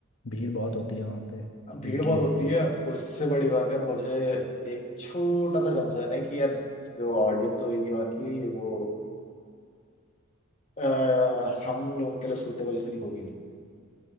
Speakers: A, on the left; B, on the left.
A: भीड़ बहुत होती है वहाँ पे
B: अब भीड़
A: वीकेंड्स
B: बहुत होती
A: पे
B: है उससे बड़ी बात है मुझे एक छोटा सा कंसर्न है कि यार जो ऑडियंस होगी वहाँ की वो अह, हम लोगों के लिए सूटेबल इतनी होगी नहीं